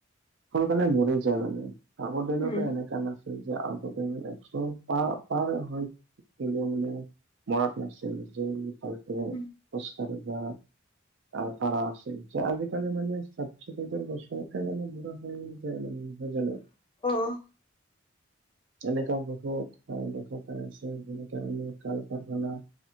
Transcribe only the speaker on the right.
সোনকালে মৰি যায় মানে আগৰ দিনতো
এনেকা নাছিল - তেতিয়া আগৰ দিনত একশ পা পাৰ হৈ - মানে মৰাত নাছিল যে ভালকে
খোজ কাঢ়ি বা- তাৰ পৰা আছেই যে আজিকালি মানে ষাঠি সত্তৰ বছৰতে মানে বুঢ়া হৈ যায় মানুহ। হয় জানো?
যেনেকুৱা বহুত দেখা পাই আছে যেনেকে আমি কল কাৰখানা-